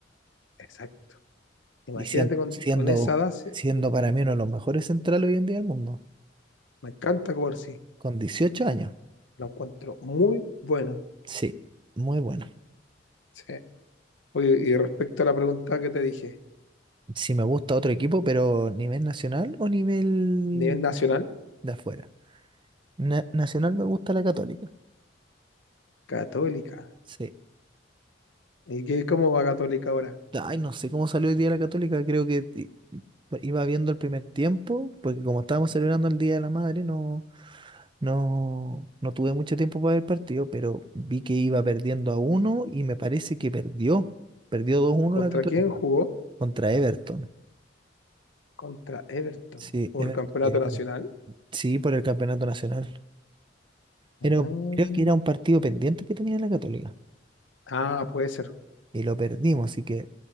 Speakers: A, on the left; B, on the right.
A: Exacto. Imagínate
B: Y siendo,
A: con,
B: siendo,
A: con esa base,
B: siendo para mí uno de los mejores centrales hoy en día del mundo,
A: me encanta jugar, sí
B: con 18 años.
A: lo encuentro muy bueno.
B: Sí, muy bueno.
A: Sí. Oye, y respecto a la pregunta que te dije,
B: Si me gusta otro equipo, pero nivel nacional o nivel
A: nivel nacional,
B: de afuera. Na- nacional me gusta la Católica.
A: Católica.
B: Sí.
A: ¿Y qué, cómo va Católica ahora?
B: Ay, no sé cómo salió hoy día la Católica, creo que i- iba viendo el primer tiempo, porque como estábamos celebrando el Día de la Madre, no, no, no tuve mucho tiempo para ver el partido, pero vi que iba perdiendo a uno y me parece que perdió. Perdió dos uno
A: ¿Contra
B: la Católica
A: quién jugó?
B: contra Everton.
A: Contra Everton
B: Sí,
A: por
B: Everton
A: campeonato
B: de
A: nacional.
B: Viña. Sí, por el campeonato nacional.
A: Mm.
B: Pero creo que era un partido pendiente que tenía la Católica
A: Ah, puede ser.
B: y lo perdimos, así que